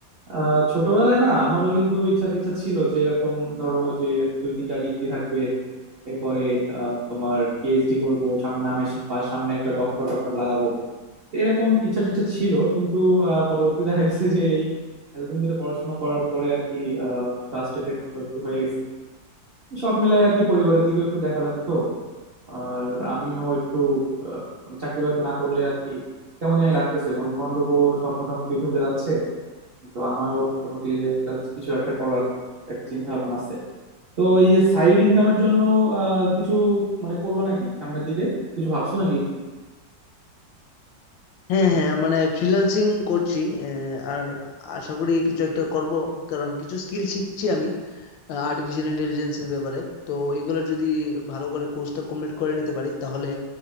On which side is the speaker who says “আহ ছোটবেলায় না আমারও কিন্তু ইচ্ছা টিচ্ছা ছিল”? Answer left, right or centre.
Right